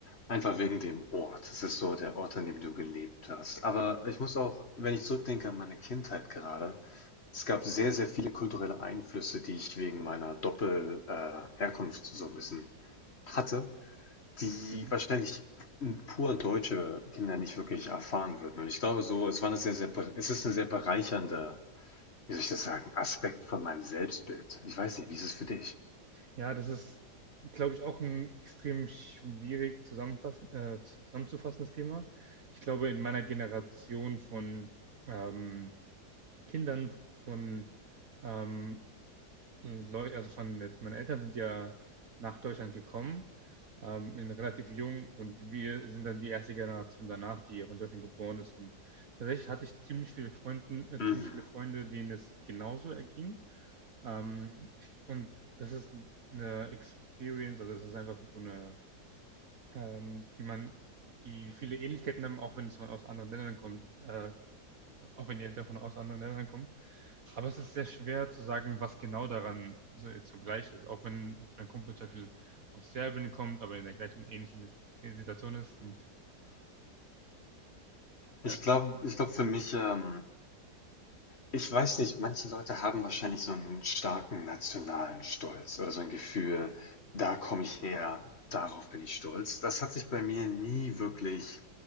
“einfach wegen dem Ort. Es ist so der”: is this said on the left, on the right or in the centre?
Left